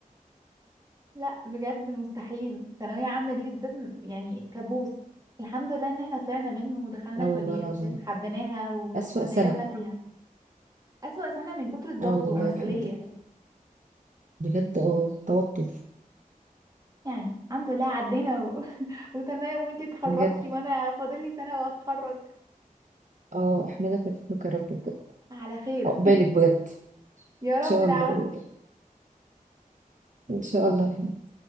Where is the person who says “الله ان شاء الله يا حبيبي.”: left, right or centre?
Right